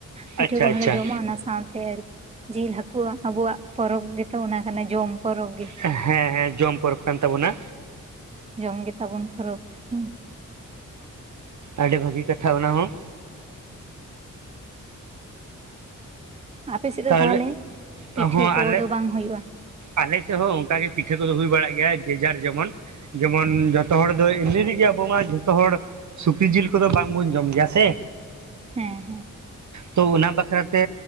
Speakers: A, on the right; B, on the right.
A: ᱯᱤᱴᱷᱟᱹ
B: ᱟᱪᱪᱷᱟ
A: ᱠᱚᱦᱚᱸᱞᱮ
B: ᱟᱪᱪᱷᱟ
A: ᱡᱚᱢᱟ ᱚᱱᱟ ᱥᱟᱸᱶᱛᱮ, ᱡᱤᱞ ᱦᱟᱹᱠᱩᱣᱟᱜ ᱟᱵᱚᱣᱟᱜ ᱯᱚᱨᱚᱵᱽ ᱜᱮᱛᱚ ᱚᱱᱟ ᱠᱟᱱᱟ ᱡᱚᱢ ᱯᱚᱨᱚᱵᱽ ᱜᱮ
B: ᱦᱮᱸ ᱦᱮᱸ ᱡᱚᱢ ᱯᱚᱨᱚᱵᱽ ᱠᱟᱱ ᱛᱟᱵᱚᱱᱟ᱾
A: ᱡᱚᱢ ᱜᱮᱛᱟᱵᱚᱱ ᱯᱚᱨᱟ ᱦᱮᱸ᱾
B: ᱟᱹᱰᱤ ᱵᱷᱟᱹᱜᱤ ᱠᱟᱛᱷᱟ ᱚᱱᱟ ᱦᱚᱸ᱾
A: ᱟᱯᱮ ᱥᱮᱫ ᱫᱚ
B: ᱛᱟᱦᱚᱞᱮ
A: ᱯᱤᱴᱷᱟᱹ
B: ᱦᱚᱸ
A: ᱠᱚᱫᱚ
B: ᱟᱞᱮ,
A: ᱵᱟᱝ ᱦᱩᱭᱩᱜᱼᱟ
B: ᱟᱞᱮ ᱥᱮᱫ ᱦᱚᱸ ᱚᱱᱠᱟᱜᱮ ᱯᱤᱴᱷᱟᱹ ᱠᱚᱫᱚ ᱦᱩᱭ ᱵᱟᱲᱟᱜ ᱜᱮᱭᱟ ᱡᱮᱡᱟᱨ ᱡᱮᱢᱚᱱ᱾ ᱡᱮᱢᱚᱱ ᱡᱚᱛᱚ ᱦᱚᱲ ᱫᱚ ᱮᱢᱱᱤ <unintelligible> ᱨᱮᱜᱮ ᱟᱵᱚ ᱢᱟ ᱡᱷᱚᱛᱚ ᱦᱚᱲ᱾ ᱥᱩᱠᱨᱤ ᱡᱤᱞ ᱠᱚᱫᱚ ᱵᱟᱝᱵᱚᱱ ᱡᱚᱢ ᱜᱮᱭᱟ ᱥᱮ᱾
A: ᱦᱮᱸ ᱦᱮᱸ
B: ᱛᱚ ᱚᱱᱟ ᱵᱟᱠᱷᱨᱟᱛᱮ